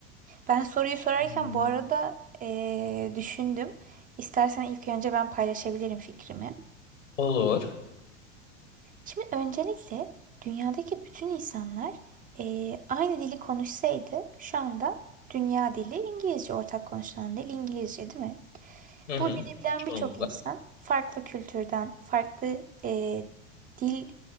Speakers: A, on the right; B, on the left.
A: Ben soruyu sorarken
B: Hmm,
A: bu arada eee, düşündüm. İstersen ilk önce ben paylaşabilirim fikrimi.
B: Olur.
A: Şimdi öncelikle dünyadaki bütün insanlar eee, aynı dili konuşsaydı şu anda dünya dili İngilizce, ortak konuşulan dil İngilizce değil mi?
B: Hı
A: Bu
B: hı.
A: dili bilen
B: Çoğunlukla.
A: birçok insan farklı kültürden, farklı eee, dil